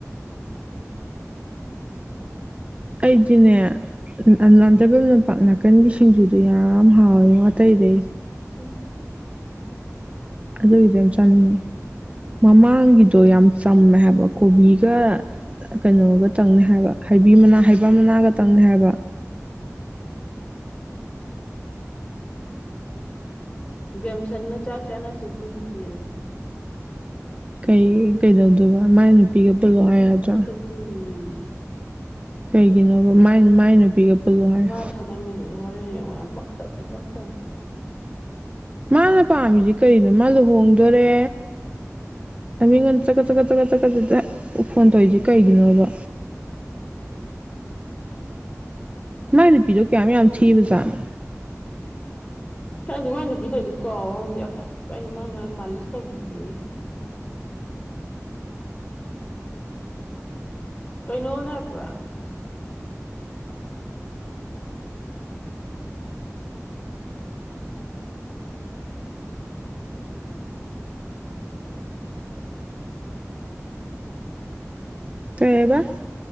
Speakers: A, on the right; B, on the left.
A: ꯑꯩꯗꯤꯅꯦ ꯅꯥꯟꯊꯩꯐꯝꯝ ꯂꯝꯄꯥꯛ ꯅꯥꯀꯟꯒꯤ ꯁꯤꯡꯖꯨꯗꯨꯣ ꯌꯥꯝ ꯍꯥꯎꯋꯦꯣ ꯑꯇꯩꯗꯩ
B: ꯑꯣ
A: ꯑꯗꯨꯒꯤꯗꯤ ꯌꯥꯝꯝ ꯆꯥꯅꯤꯡꯉꯤ ꯃꯃꯥꯡꯒꯤꯗꯣ ꯌꯥꯝ ꯆꯝꯃꯦ ꯍꯥꯏꯕ ꯀꯣꯕꯤꯒ ꯀꯩꯅꯣꯒ ꯇꯪꯅꯤ ꯍꯥꯏꯕ ꯍꯩꯕꯤ ꯃꯅꯥ ꯕ ꯃꯅꯥꯒꯇꯪꯅꯤ ꯍꯥꯏꯕ
B: ꯎ ꯦꯦꯝꯁꯟꯅ ꯆꯥꯛ ꯆꯥꯅꯁꯦ ꯄꯨꯟꯁꯤꯦ
A: ꯀꯩ ꯀꯩꯗꯧꯗꯣꯏꯕ ꯃ ꯅꯨ ꯄꯒꯕꯨꯜꯗ꯭ꯔ
B: ꯈꯪꯗꯦ ꯄꯨꯟꯗ <inaudible>
A: ꯀꯩꯒꯤꯅꯣꯕ ꯃꯥꯏ ꯅꯨꯄꯤꯒ ꯄꯨꯜꯂꯨ ꯍꯥꯏꯔꯦ
B: ꯃꯥ ꯊꯥꯟ ꯃ ꯍ ꯌꯥꯝ ꯄꯛꯇꯕꯅꯦꯅꯤ ꯄꯛꯇꯅꯦ
A: ꯃꯥꯅ ꯄꯥꯝꯃꯤꯁꯤ ꯀꯔꯤꯅꯣ ꯃꯥ ꯂꯨꯍꯣꯡꯗꯣꯔꯦ ꯃꯤ ꯉꯣꯟ ꯆ ꯀꯆ ꯀ ꯆꯖꯀꯠ ꯆꯀ ꯆꯗ ꯐꯣꯟ ꯇꯧꯏꯁꯦ ꯀꯩꯒꯤꯅꯣꯕ ꯃꯥꯥꯏ ꯅꯨꯄꯤꯗꯣ ꯀꯌꯥꯝ ꯃꯨꯛ ꯌꯥꯝ ꯊꯤꯕ ꯖꯥꯠꯅꫭ
B: ꯈꯪꯗꯦ ꯃꯥꯏ ꯅꯨꯄꯤꯗ ꯑꫭꯏꯗꯤ ꯀꯥꯎ <unintelligible> ꯑꯁ ꯀꯩꯅꫭ ꯃꯥꯥ ꯉꯥꯡꯏ ꯃꯥꯜꯂꯤꯁ ꯇꯧꯕꯤꯒꯦꯅꯤ ꯀꯩꯅꫭꯝꯅꯦ ꯍꯥꯏꯕ ꯄꯨꯔꯥ
A: ꯀꯩꯑꯕꯥ